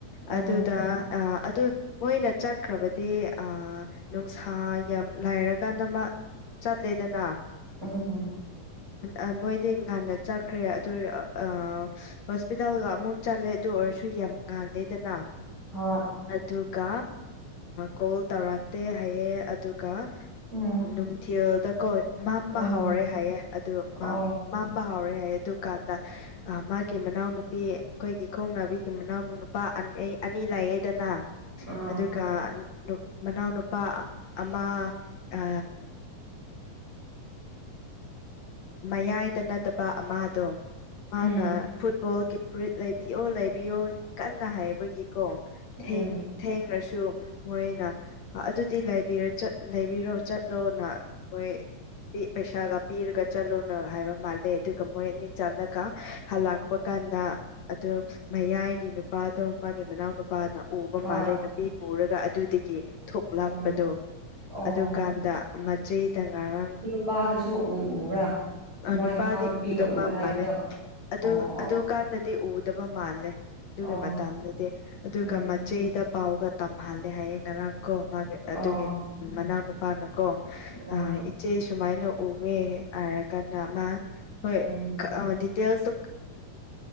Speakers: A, on the right (about 25°); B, on the left (about 65°).
A: ꯎꯝ
B: ꯑꯗꯨꯗ ꯑꯗꯨ ꯃꯣꯏꯅ ꯆꯠꯈ꯭ꯔꯕꯗꯤ ꯑꯥ ꯅꯨꯡꯁꯥ ꯌꯥꯝ ꯂꯥꯏꯔ ꯀꯥꯟꯗ ꯑꯃ ꯆꯠꯂꯦꯗꯅ
A: ꯎꯝ <inaudible>
B: ꯑꯥꯟ ꯃꯣꯏꯗꯤ ꯉꯥꯟꯅ ꯆꯠꯈ꯭ꯔꯦ ꯑꯗꯨ ꯑ ꯍꯣꯁꯄꯤꯇꯥꯜꯒ ꯑꯃꯨꯛ ꯆꯠꯂꯦ ꯑꯗꯨ ꯑꯣꯏꯔꯁꯨ ꯌꯥꯝ ꯉꯜꯂꯦꯗꯅ
A: ꯍꯣꯏ
B: ꯑꯗꯨꯒ ꯀꯣꯜ ꯇꯧꯔꯛꯇꯦ ꯍꯥꯏꯌꯦ ꯑꯗꯨꯒ ꯎ
A: ꯎꯝ
B: ꯅꯨꯡꯊꯤꯜꯗꯀꯣ ꯃꯝꯕ
A: ꯎꯝ
B: ꯍꯥꯎꯔꯦ ꯍꯥꯏꯌꯦ ꯑꯗꯨꯃ
A: ꯑꯣ
B: ꯃꯥꯝꯕ ꯍꯧꯥꯎꯔꯌꯦ ꯍꯥꯏꯌ‌ꯦ ꯗꯨꯀꯥꯟꯗ ꯃꯥꯒꯤ ꯃꯅꯥꯎꯅꯨꯄꯤ ꯑꯩꯈꯣꯏꯒꯤ ꯈꯣꯡ ꯅꯥꯕꯤꯒꯤ ꯃꯅꯥꯎ ꯅꯨꯄꯥ ꯑꯅꯤ ꯂꯩꯑꯦꯗꯅ
A: ꯑꯥ
B: ꯑꯗꯨꯒ ꯃꯅꯥꯎꯅ ꯅꯨꯄꯥ ꯑꯃ ꯑ ꯃꯌꯥꯏꯗ ꯅꯠꯇꯕ ꯑꯃꯗꯣ ꯃꯥꯅ
A: ꯎꯝ
B: ꯐꯨꯠ ꯐꯨꯠꯕꯣꯜꯒꯤ ꯐꯨꯔꯤꯠ ꯂꯩꯕꯤꯌꯣ ꯂꯩꯕꯤꯌꯣ ꯀꯟꯅ ꯍꯥꯏꯌꯦꯕꯒꯤꯀꯣ
A: ꯎꯝ
B: ꯊꯦꯡ ꯊꯦꯡꯉꯁꯨ ꯃꯣꯏꯅ ꯑꯗꯨꯗꯤꯔ ꯂꯩꯕꯤꯔꯣ ꯆꯠꯂꯣꯅ ꯃꯣꯏ ꯄꯩꯁꯥꯒ ꯄꯤꯔꯒ ꯆꯠꯂꯨꯅ ꯍꯥꯏꯕ ꯃꯥꯜꯂꯦ ꯑꯗꯨꯒ ꯃꯣꯏ ꯑꯦꯗꯃꯤꯠ ꯆꯠꯂꯒ ꯍꯜꯂꯥꯛꯄ ꯀꯥꯟꯗ ꯑꯗꯣ ꯃꯌꯥꯏꯒꯤ ꯅꯨꯄꯥꯗꯣ ꯃꯥꯒꯤ ꯃꯅꯥꯎꯅꯨꯄꯥ ꯅꯨꯄꯥꯅ ꯎꯕ
A: ꯍꯣꯏ
B: ꯃꯥꯜꯂꯦ ꯅꯨꯄꯤ ꯄꯨꯔꯒ ꯑꯗꯨꯗꯒꯤ ꯊꯣꯛꯂꯛꯄꯗꯣ
A: ꯎꯝ ꯑꯣ
B: ꯑꯗꯨꯀꯥꯟꯗ ꯃꯆꯦꯗ ꯉꯔꯥꯡ
A: ꯄꯥꯗꯨꯁꯨ ꯎ ꯎꯕ꯭ꯔꯥ ꯃꯣꯏ
B: ꯅꯨꯄꯥꯗꯤ
A: ꯃꯅꯥꯎ ꯅꯨꯄꯤꯅ
B: ꯎꯗ
A: ꯎꯑꯦ
B: ꯃꯥ
A: ꯍꯥꯏꯕꯗꯣ
B: ꯃꯥꯜꯂꯦ ꯑꯗꯨ
A: ꯑꯣ ꯑꯣ
B: ꯑꯗꯨ ꯀꯥꯟꯗꯗꯤ ꯎꯗꯕ ꯃꯥꯜꯂꯦ ꯑꯗꯨꯒꯤ
A: ꯑꯣ
B: ꯃꯇꯗꯗꯤ ꯑꯗꯨꯒ
A: ꯎꯝ
B: ꯃꯆꯦ ꯗ ꯄꯥꯎꯒ ꯇꯝꯍꯜꯂꯦ ꯍꯥꯏꯌꯦꯡ ꯉꯔꯥꯡ ꯀꯣ ꯃꯥꯒꯤ ꯑꯗꯨꯒꯤ
A: ꯑꯣ
B: ꯃꯅꯥꯎ ꯅꯨ ꯃꯄꯥꯅꯀꯣ
A: ꯑ
B: ꯏꯆꯦ ꯁꯨꯃꯥꯏꯅ ꯎꯋꯦ ꯍꯥꯏꯔ ꯀꯥꯟꯗ ꯃꯥ ꯍꯣꯏ
A: ꯎꯝ
B: ꯇꯦꯜꯁꯇ